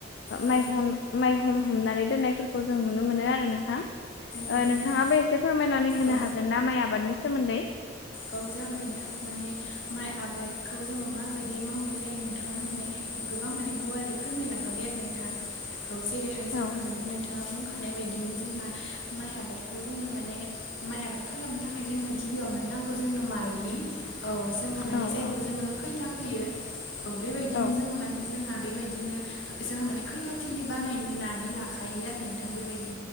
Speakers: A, on the left; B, on the left.
A: औ
B: माइह माइहम हमनानै दोननायफोरखौ जों नुनो मोनो आरो नोंथां
A: नंगौ
B: नोंथाङाबो
A: नोंथां
B: एसे फोरमायनानै होनो
A: औ
B: हागोन ना माइ आबादनि सोमोन्दै
A: औ जागोन नोंथां माने माइ आबादखौ जोङो माबायदि मावनाय जायो नोंथाङानो माने गोबां माने गुवारै फोरमायलांखाबाय आरो नोंथां औ जेरैहाय जोंहा
B: औ
A: माने नोंथाङा बुंख थानाय बायदिनो जोंहा माइ आबादखौ जोंनो माने माइ आबाद खालामनो थाखाय जोंनो गिबियावनो नांगौ जोंनो माइलि औ जोंहा माने
B: औ
A: जायखौ
B: औ
A: जोङो खैथा फैयो औ बेबायदिनो
B: औ
A: जोङो मानिे जोंहा बेबायदिनो जोंहा माने खैथा थिलि बानायनानै लाखायो आरो नोंथां बेबायदि